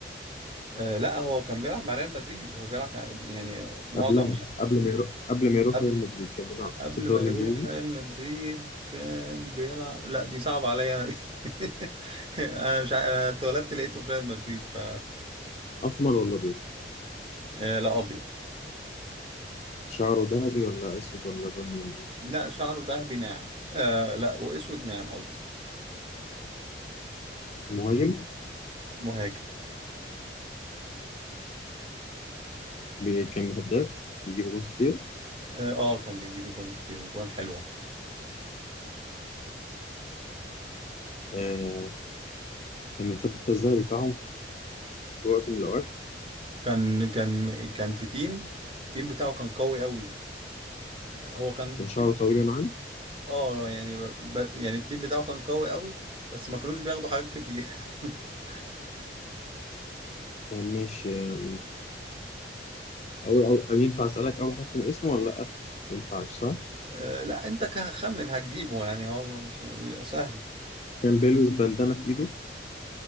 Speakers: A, on the right; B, on the left.
A: أه لا هو كان بيلعب مع ريال مدريد هو بيلعب كان- يعني معظم
B: قبلها قبل ما يروح قبل ما يروح
A: قبل
B: ريال مدريد كان بيلعب
A: قبل
B: في الدوري
A: ما يروح
B: الإنجليزي
A: ريال مدريد كان بيلعب لا دي صعبة عليا انا دي <laughs> انا مش ع... انا اتولدت لقيته في ريال مدريد ف
B: أسمر ولا أبيض؟
A: آه لا ابيض
B: شعره ذهبي ولا أسود ولا بني ولا إيه؟
A: لا شعره ذهبي ناعم آه لا واسود ناعم قصدي
B: مهاجم
A: مهاجم
B: بي- كان هداف بيجيب جول كتير
A: اه آه، كان بيجيب جوان كتير وجوان حلوة
B: آه كان الفتى الذهبي بتاعهم في وقت من الأوقات
A: كان كان كان في تيم التيم بتاعه كان قوي قوي هو كان
B: كان
A: تيم
B: شعره طويل وناعم
A: اه يعني ب... ب... يعني التيم بتاعه كان قوي قوي بس ما كانوش بياخدوا حاجات كتير <laughs>
B: آه ماشي آه أول أو أو- ينفع أسألك أول حرف من اسمه ولا لأ؟ ما ينفعش صح؟
A: آه لا انت كخمن هتجيبه يعني هو مش سهل
B: كان بيلبس بندانة في إيده